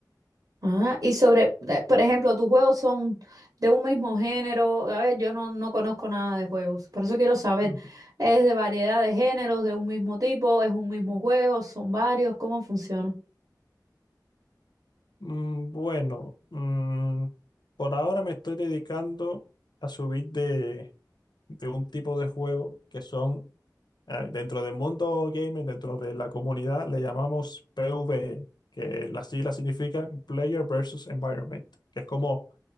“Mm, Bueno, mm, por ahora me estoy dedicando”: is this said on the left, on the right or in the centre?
Left